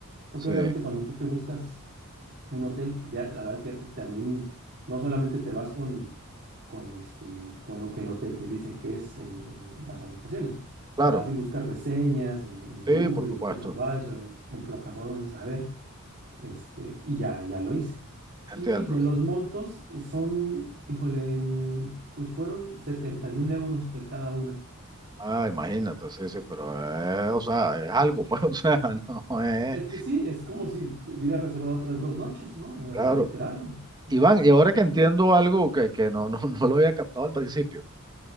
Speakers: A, on the right; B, on the right.
A: porque
B: sí,
A: obviamente cuando tú te buscas un hotel, pues ya la verdad es que ya te- también no solamente te vas con, con, este, con lo que el hotel te dice que es el- el- las habitaciones,
B: claro,
A: vas y buscas reseñas en, en
B: sí,
A: Google,
B: por supuesto,
A: en TripAdvisor, en en plataformas y saber, este, y ya, ya lo hice. Y
B: entiendo.
A: de los montos eh, son, híjole, en- pues fueron 71 euros de cada una.
B: Ah, imagínate, sí, sí, pero, eh, o sea, es algo, pues, <laughs> o sea, no es.
A: Es que sí, es como si hubiera reservado otras dos noches, ¿no? O sea,
B: Claro.
A: literal. ¿no?
B: Iván, y ahora que entiendo algo que, que no, no, <laughs> no lo había captado al principio,